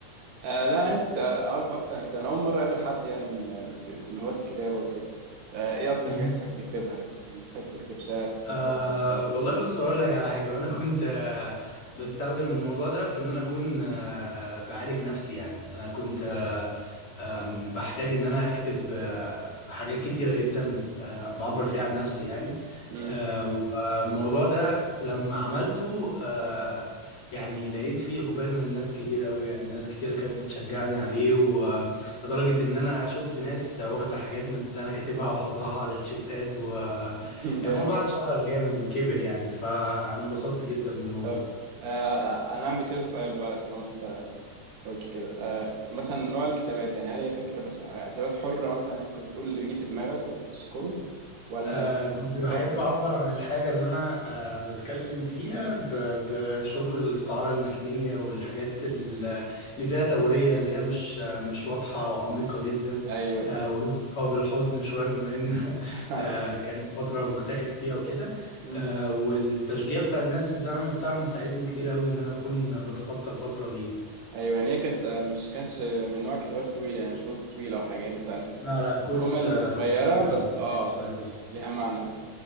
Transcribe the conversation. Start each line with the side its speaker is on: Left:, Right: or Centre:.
Right: آه لا انا عايزك تع- اعرف اكتر عن كده انا اول مره اقابل حد يعني من آه، من هواة الكتابه وكده آه ايه اكتر
Left: مم.
Right: حاجات بتحب تكتبها يعني مثلا بتحب تكتب شعر بتحب
Left: أه
Right: تكتب
Left: والله بص اقول لك على حاجه وانا كنت أه بستخدم الموضوع ده في ان انا اكون أه بعالج نفسي يعني انا كنت أه آم، بحتاج ان انا اكتب أه حاجات كتيره جدا أه بعبر فيها عن نفسي يعني
Right: امم
Left: أه والموضوع ده لما عملته أه يعني لقيت فيه اقبال من الناس كبير قوي يعني ناس كتيره كانت بتشجعني عليه ولدرجه ان انا شفت ناس واخده حاجات من اللي انا كاتبها وحطها على تيشيرتات و
Right: <laughs>
Left: يعني
Right: جامد
Left: الموضوع اتشهر جامد وكبر يعني فأنا انبسطت جدا بالموضوع
Right: طب آه انا عندي كده سؤال بقى طالما انت قلت كده آه مثلا نوع الكتابات يعني هل هي كانت كتابات آه، كتابات حره مثلا انت كنت بتقول اللي بيجي في دماغك وبتذكره ولا
Left: آه كنت
Right: بتتخطط
Left: بحب أعبر عن الحاجة اللي أنا آه بتكلم فيها ب- بشغل الاستعارة المكنية والحاجات ال- اللي فيها تورية اللي هي مش آه، مش واضحة وعميقة جدا
Right: ايوه
Left: آه ولها علاقة بالحزن شوية بما إن <laughs>
Right: <laughs>
Left: آه كانت فترة مكتئب فيها وكده
Right: مم.
Left: آه والتشجيع بتاع الناس والدعم بتاعهم ساعدني كتير قوي إن أنا أكون بتخطى الفترة دي
Right: ايوه يعني هي كانت آه، مش كانتش من نوع كتابات طويله يعني مش بوست طويل او حاجه هي مثلا
Left: لا لا كوتس
Right: جمل
Left: آه،
Right: صغيره
Left: صغيرة
Right: بس اه
Left: حاجات صغيرة
Right: بس ليها معنى